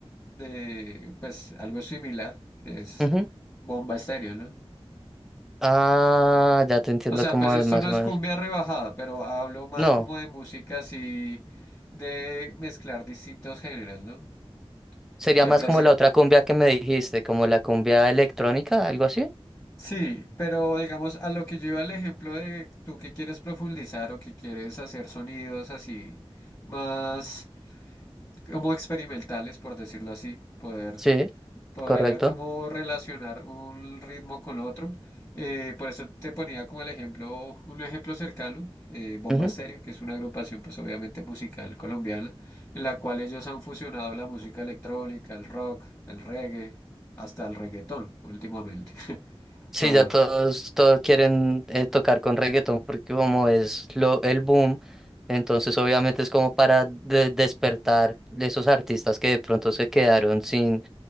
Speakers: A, on the left; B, in the centre.
A: de pues algo similar, que es
B: Ujú.
A: Bomba Estéreo, ¿no?
B: Ah, ya te entiendo
A: O sea,
B: cómo
A: pues esto
B: es más
A: no
B: o
A: es
B: menos.
A: cumbia rebajada, pero hablo más
B: No,
A: como de música así, de mezclar distintos géneros, ¿no?
B: sería
A: Que
B: más
A: preci-
B: como la otra cumbia que me dijiste, como la cumbia electrónica, algo así.
A: Sí, pero digamos a lo que yo iba el ejemplo de tú que quieres profundizar o que quieres hacer sonidos así más como experimentales, por decirlo así, poder
B: Sí,
A: poder
B: correcto.
A: como relacionar un ritmo con otro. Eh, por eso te ponía como el ejemplo, un ejemplo cercano, eh, Bomba
B: Ujú.
A: Estéreo, que es una agrupación pues obviamente musical colombiana, en la cual ellos han fusionado la música electrónica, el rock, el reggae, hasta el reggaetón últimamente. <laughs>
B: Sí,
A: Todo.
B: ya todos, todos quieren eh, tocar con reggaetón porque como es lo, el boom, entonces obviamente es como para de- despertar de esos artistas que de pronto se quedaron sin,